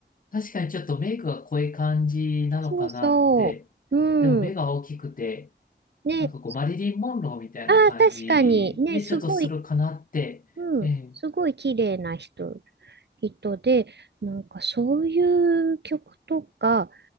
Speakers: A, on the left; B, on the right.
A: あ、確かにちょっとメイクが濃い感じなのかなって。
B: そうそう。うん。
A: でも目が大きくて、
B: ね。
A: なんかこう、マリリン・モンローみたいな感じで、
B: ああ、確かに。ね、すごい、
A: ちょっとするかなって。
B: うん。
A: ええ、
B: すごい綺麗な人、人で、なんかそういう曲とか